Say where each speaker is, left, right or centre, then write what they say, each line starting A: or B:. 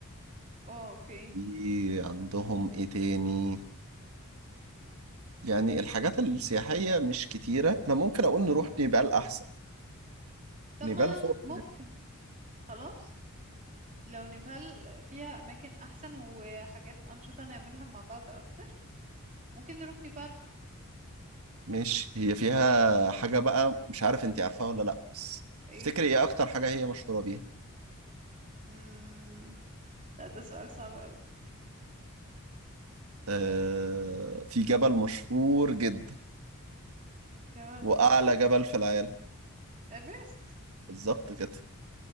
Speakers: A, on the right (about 35°); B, on the right (about 75°).
A: اه اوكي
B: في عندهم ايه تاني يعني الحاجات السياحية مش كتيرة انا ممكن اقول نروح
A: مم.
B: نيبال احسن
A: تمام
B: نيبال فوق
A: ممكن خلاص لو نيبال فيها أماكن أحسن وحاجات أنشطة نعملها مع بعض أكتر ممكن نروح نيبال
B: ماشي هي فيها حاجة بقى مش عارف انتي عارفاها ولا لأ بس
A: إيه
B: تفتكري ايه أكتر حاجة هي مشهورة بيها؟
A: مم... لا ده سؤال صعب أوي
B: آه في جبل مشهور جدا
A: جبل
B: وأعلى
A: مشهور
B: جبل في العالم
A: إيفرست
B: بالظبط كده